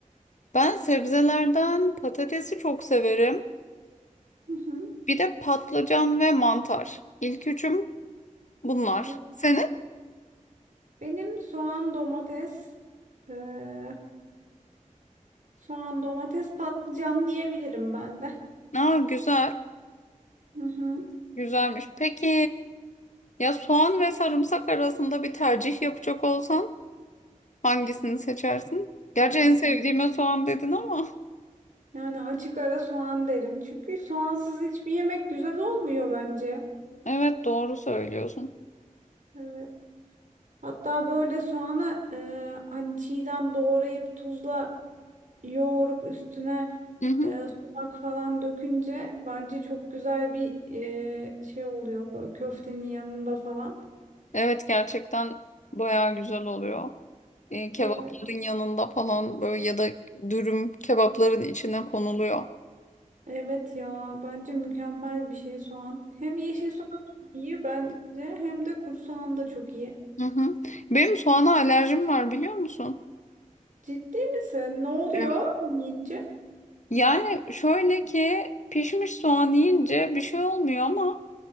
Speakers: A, on the left (about 65°); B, on the right (about 70°).
A: Ben sebzelerden patatesi çok severim.
B: Hı hı.
A: Bir de patlıcan ve mantar. İlk üçüm bunlar.
B: Bu.
A: Senin?
B: Benim soğan, domates, eee, soğan, domates, patlıcan diyebilirim ben de.
A: Aa, güzel.
B: Hı hı.
A: Güzelmiş. Peki. Ya soğan ve sarımsak arasında bir tercih yapacak olsan hangisini seçersin? Gerçi en
B: Hı.
A: sevdiğime soğan dedin ama. <laughs>
B: Yani açık ara soğan derim. Çünkü soğansız hiçbir yemek güzel olmuyor bence.
A: Evet doğru söylüyorsun.
B: Evet. Hatta böyle soğanı eee hani çiğden doğrayıp tuzla yoğurup üstüne
A: Hı hı.
B: e, sumak falan dökünce bence çok güzel bir e, şey oluyor böyle köftenin yanında falan.
A: Evet gerçekten bayağı güzel oluyor. Ee, kebapların
B: Evet.
A: yanında falan böyle ya da dürüm kebapların içine konuluyor.
B: Evet ya bence mükemmel bir şey soğan. Hem yeşil soğan iyi bence hem de kuru soğan da çok iyi.
A: Hı hı. Benim soğana alerjim var biliyor musun?
B: Ciddi misin? Ne oluyor
A: Evet.
B: yiyince?
A: Yani şöyle ki pişmiş soğan yiyince bir şey olmuyor ama